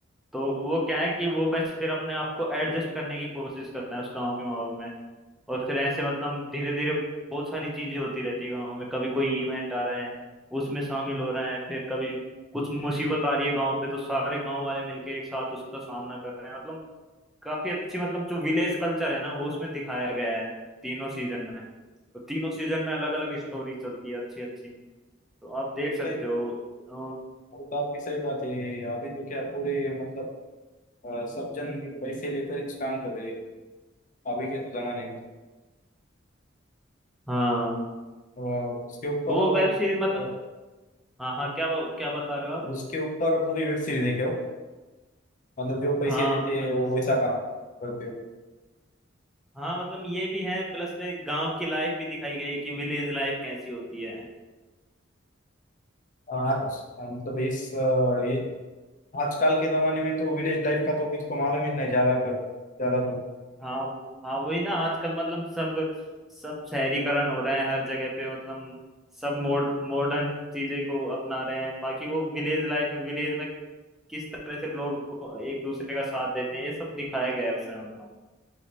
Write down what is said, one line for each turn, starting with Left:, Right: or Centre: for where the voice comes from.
Centre: तो वो क्या है कि वो बस फिर अपने आप को एडजस्ट करने की कोशिश करता है उस गाँव के माहौल में और फिर ऐसे मतलब धीरे धीरे बहुत सारी चीजें होती रहती है गाँव में कभी कोई इवेंट आ रहे हैं उसमें शामिल हो रहे हैं फिर कभी कुछ मुसीबत आ रही है गाँव पे तो सारे गाँव वाले मिलके एक साथ उसका सामना कर रहे हैं मतलब काफी अच्छी मतलब जो विलेज कल्चर है ना वो उसमें दिखाया गया है तीनों सीजन में तो तीनों सीजन में अलग अलग स्टोरी चलती है अच्छी अच्छी तो आप देख सकते
Left: सही
Centre: हो अ,
Left: वो तो आपकी सही बात है अभी तो क्या पूरे मतलब अ, सब जन पैसे लेकर इस काम कर रहे हैं अभी के तो जमाने में
Centre: हाँ
Left: तो, अ, उसके ऊपर
Centre: तो वो
Left: अ,
Centre: वेब सीरीज मतलब हाँ हाँ क्या क्या बता रहे हो आप
Left: उसके ऊपर पूरी वेब सीरीज है क्या वो मतलब जो पैसे
Centre: हाँ
Left: लेते
Centre: मतलब
Left: हैं वो
Centre: ऐस-
Left: वैसा काम करते हैं
Centre: हाँ मतलब ये भी है प्लस में गांव की लाइफ भी दिखाई गई है कि विलेज लाइफ कैसी होती है
Left: आज मतलब इस अ, ये आजकल के जमाने में तो विलेज लाइफ का तो किसको मालूम ही नहीं ज्यादा कर ज्यादा तो
Centre: हाँ हाँ वही ना आजकल मतलब सब सब शहरीकरण हो रहा है हर जगह पे मतलब सब मोड मॉडर्न चीजें को अपना रहे हैं बाकी वो विलेज लाइफ में विलेज में किस तरह से लोग को एक दूसरे का साथ देते हैं ये सब दिखाया गया है उसमें मतलब